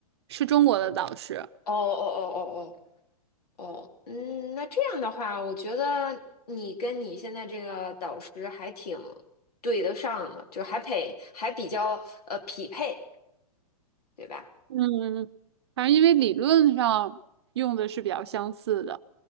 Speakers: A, on the right (about 45°); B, on the left (about 85°).
A: 是中国的导师。
B: 哦哦哦哦哦哦，嗯，那这样的话，我觉得你跟你现在这个导师还挺对得上的，就还配还比较呃匹配，对吧？
A: 嗯反正因为理论上用的是比较相似的，